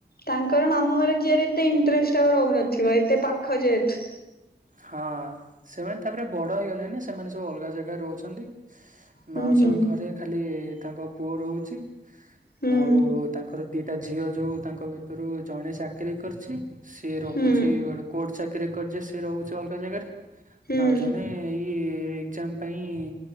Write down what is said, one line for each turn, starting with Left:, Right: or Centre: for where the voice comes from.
Left: ତାଙ୍କର ମାମୁ ଘର ଯିଏରେ ଏତେ ଇଣ୍ଟରେଷ୍ଟ ଆଉ ରହୁନଥିବ ହଏ ତ ପାଖଜେ ହେତୁ।
Right: ହଁ ସେମାନେ ତାପରେ ବଡ ହେଇଗଲେଣି, ନା ସେମାନେ ସବୁ ଅଲଗା ଜାଗାରେ ରହୁଛନ୍ତି
Left: ହୁଁ
Right: ମାଉସଙ୍କ
Left: ହୁଁ।
Right: ଘରେ ଖାଲି ତାଙ୍କ ପୁଅ ରହୁଛି
Left: ହୁଁ
Right: ଆଉ ତାଙ୍କର ଦିଟା ଝିଅ ଯୋଉ ତାଙ୍କ ଭିତରୁ ଜଣେ ଚା ଚାକିରରି କରିଛି ସିଏ, ରହୁଛି
Left: ହୁଁ
Right: ଗୋଟେ କୋର୍ଟ ଚାକିରରି କରିଛି ସିଏ ରହୁଛି ଅଲଗା ଜାଗାରେ
Left: ହୁଁ
Right: ଆଉ ଜଣେ ଏଇ ଏକ୍ଜାମ ପାଇଁ